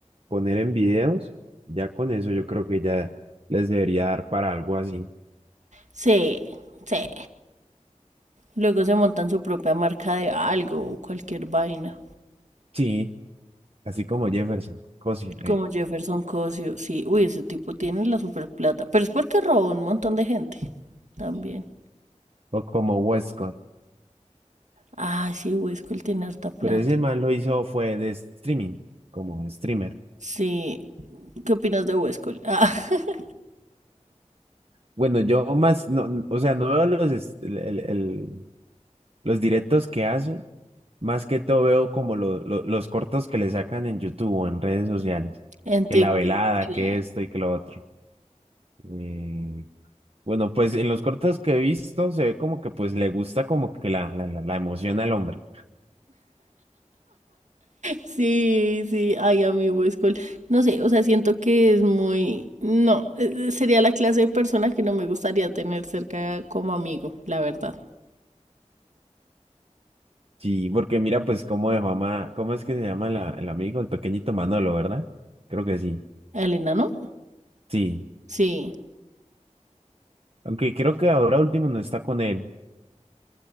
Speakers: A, on the right; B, on the right.
A: poner en videos, ya con eso yo creo que ya les debería dar para algo así.
B: Sí, sí. Luego se montan su propia marca de algo o cualquier vaina.
A: Sí, así como Jefferson, cocina.
B: Como Jefferson Cosio, sí, uy, ese tipo tiene la super plata, pero es porque robó un montón de gente también.
A: o como Westcott.
B: Ah, sí, Huescol tiene harta plata.
A: Pero ese man lo hizo fue de streaming, como streamer.
B: Sí, ¿qué opinas de Huescol? Ah, <laughs>
A: Bueno, yo más, no, n- o sea, no veo los, es- el- el- el- los directos que hace, más que todo veo como lo- lo- los cortos que le sacan en YouTube o en redes sociales.
B: en
A: Que
B: TikTok.
A: la velada,
B: claro.
A: que esto y que lo otro. Eh, bueno, pues en los cortos que he visto se ve como que pues le gusta como que la, la, la, la emoción al hombre.
B: Sí, sí, ay, a mí Huescol. No sé, o sea, siento que es muy... No, eh, eh, sería la clase de persona que no me gustaría tener cerca como amigo, la verdad.
A: Sí, porque mira pues cómo dejó a Ma- ¿cómo es que se llama la- el amigo, el pequeñito Manolo, ¿verdad? Creo que sí.
B: ¿A Elena, ¿no?
A: Sí,
B: Sí.
A: aunque creo que ahora último no está con él.